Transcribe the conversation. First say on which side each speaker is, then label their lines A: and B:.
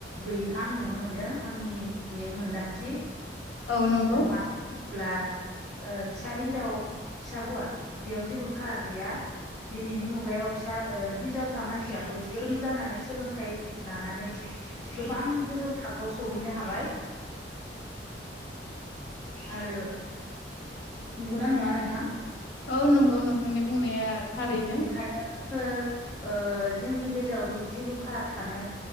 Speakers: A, on the left; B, on the left.
A: गैयिखो आं नुनो मोनदों आंनि बे मोनदांथि।
B: औ नंगौ
A: मानो होनोब्ला ओ फिसा हिन्जाव फिसा हौवा बेयाव जेबो फाराग गैया। दिनैनि मुगायाव फिसा ओ हिनजावसा मानसियाबो गोरों जानानै सोलोंथाइ लानानै गोबां गोजौ थाखोआव सहैनो हाबाय।
B: <inaudible>
A: आरो नंगौना नङा नोंथां?
B: औ नंगौ नोंथांनि बुंनाया थारैनो
A: बेखायनो जोङो ओ जोंनि गेजेराव बे जेबो फाराग थानो